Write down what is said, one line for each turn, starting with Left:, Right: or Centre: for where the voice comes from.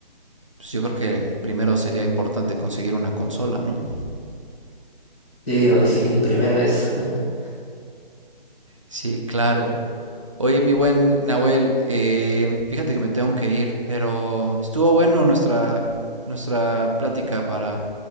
Right: pues, yo creo que primero sería importante conseguir una consola, ¿no?
Centre: Sí, hoy sí, el primero es. <laughs>
Right: Sí, claro. Oye, mi buen Nahuel, eh, fíjate que me tengo que ir, pero estuvo bueno nuestra, nuestra plática para